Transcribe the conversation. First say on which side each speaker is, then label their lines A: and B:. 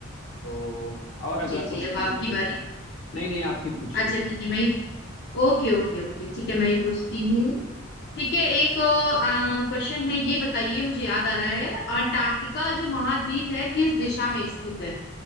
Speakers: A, on the left; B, on the left.
A: तो और अगला
B: जी
A: क्वेश्चन
B: जी अब आपकी
A: पूछिए
B: बारी
A: आप नहीं नहीं आप ही पूछिए
B: अच्छा ठीक है मैं ही- ओके ओके ओके ठीक है मैं ही पूछती हूँ ठीक है एक क्वेश्चन है ये बताइए मुझे याद आ रहा है अंटार्कटिका जो महाद्वीप है किस दिशा में स्थित है